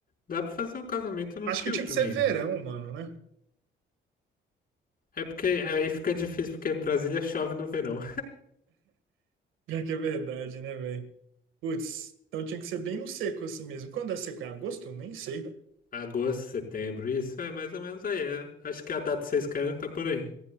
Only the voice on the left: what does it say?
Dá pra fazer um casamento no
frio
também,
né?
É porque aí fica difícil porque Brasília chove no verão.
Agosto, setembro, isso é mais ou menos aí. é. Acho que a data que vocês querem tá por aí.